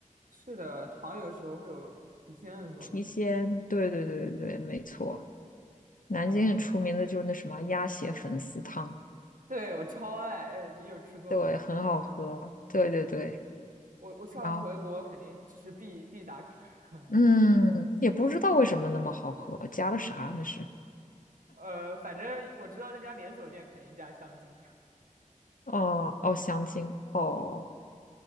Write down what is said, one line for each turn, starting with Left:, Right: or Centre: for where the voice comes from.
Right: 是的，糖有时候会有提鲜的作用。
Left: 提鲜。对对对对对，没错。南京很出名的就是那什么鸭血粉丝汤，
Right: 啊、对，我超爱。哎，你有吃过吗？
Left: 对，很好喝。对对对。
Right: 我我上次回国肯定就是必必打卡啊，
Left: 然后，嗯，也不知道为什么那么好喝，加了啥那是？
Right: <laughs> 呃，反正我知道那家连锁店肯定加香精。<laughs>
Left: 哦哦，香精哦，